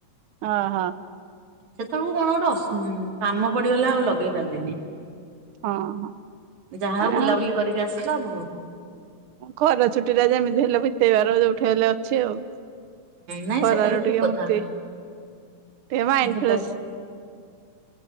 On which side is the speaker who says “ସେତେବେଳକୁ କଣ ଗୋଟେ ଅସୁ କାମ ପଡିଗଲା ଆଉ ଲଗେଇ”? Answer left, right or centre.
Right